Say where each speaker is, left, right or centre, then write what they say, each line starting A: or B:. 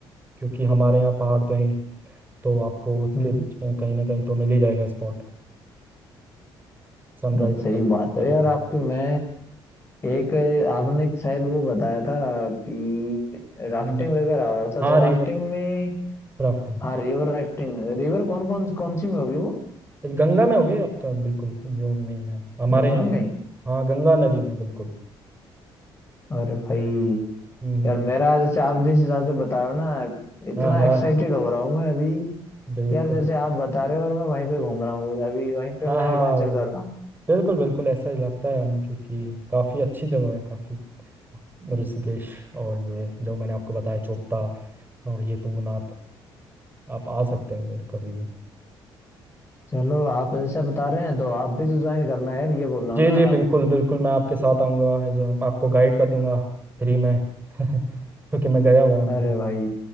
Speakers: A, on the right; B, on the left.
A: क्योंकि हमारे यहाँ पहाड़ तो है ही तो आपको उसके
B: हम्म।
A: बीच में कहीं ना कहीं तो मिल ही जाएगा स्पॉट सनराइज
B: नहीं
A: और
B: सही
A: सनसेट
B: बात
A: देखने
B: है यार
A: के
B: आपकी
A: लिए
B: मैं एक आपने एक शायद वो बताया था कि राफ्टिंग
A: हम्म, हम्म।
B: वगैरह हो रहा था
A: हाँ
B: तो राफ्टिंग
A: रिवर
B: में
A: राफ्टिंग
B: हाँ रिवर राफ्टिंग रिवर कौन कौन कौन सी में होगी वो
A: गंगा में होगी आपका बिल्कुल जो मेन है हमारे
B: गंगा
A: यहाँ
B: में
A: हाँ गंगा नदी में बिल्कुल
B: अरे भाई
A: हम्म हम्म,
B: यार
A: हम्म।
B: मेरा जैसे आप जिस हिसाब से बता रहे हो ना इतना
A: हाँ हाँ
B: एक्साइटेड हो रहा हूँ मैं अभी कि
A: बिल्कुल
B: यार जैसे आप बता रहे हो और मैं वहीं पे घूम रहा हूँ अभी वहीं पे
A: हाँ
B: मैं
A: हाँ
B: एडवेंचर
A: वो-
B: कर रहा हूँ
A: बिल्कुल बिल्कुल ऐसा ही लगता है हमें क्योंकि काफ़ी अच्छी जगह है काफ़ी ऋषिकेश और ये जो मैंने आपको बताया चोपता और ये तुंगनाथ आप आ सकते हैं उधर कभी भी
B: चलो आप जैसे बता रहे हैं तो आप भी तो ज्वाइन करना है यार ये बोल रहा
A: जी
B: हूँ ना
A: जी बिल्कुल
B: आप
A: बिल्कुल मैं आपके साथ आऊँगा जो आपको गाइड कर दूंगा फ्री में <laughs> क्योंकि मैं गया हुआ हूँ
B: अरे
A: जो
B: भाई